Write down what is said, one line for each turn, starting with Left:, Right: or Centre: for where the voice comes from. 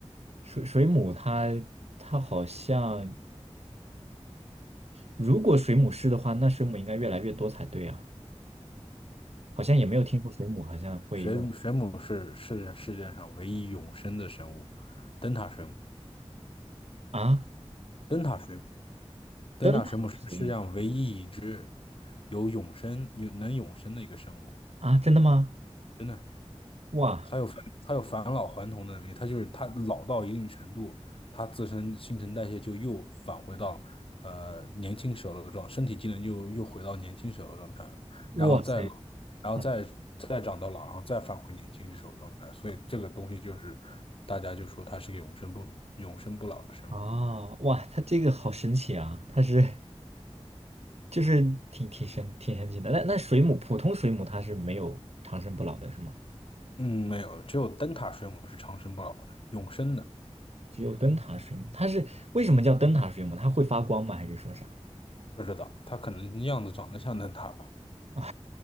Right: 水水母它它好像，如果水母是的话，那水母应该越来越多才对啊。好像也没有听说水母好像会用
Left: 水水母是是世界上唯一永生的生物，灯塔水母。
Right: 啊，
Left: 灯塔水母，灯塔水母是世界上唯一一只
Right: 灯塔水母
Left: 有永生、有能永生的一个生物，
Right: 啊，真的吗？
Left: 真的。
Right: 哇
Left: 他有返他有返老还童的能力，他就是他老到一定程度，他自身新陈代谢就又返回到呃年轻时候的状，身体机能又又回到年轻时候的状态了，
Right: 哇塞，
Left: 然后再老，然后再再长到老，
Right: 嗯
Left: 然后再返回年轻时候的状态，所以这个东西就是大家就说它是个永生不永生不老的生物。
Right: 啊哇，它这个好神奇啊！它是就是挺挺神挺神奇的。那那水母普通水母它是没有长生不老的是吗？
Left: 嗯，没有，只有灯塔水母是长生不老的，永生的。
Right: 只有灯塔水母，它是为什么叫灯塔水母？它会发光吗？还是说啥？
Left: 不知道，它可能样子长得像灯塔吧。
Right: <laughs> 啊，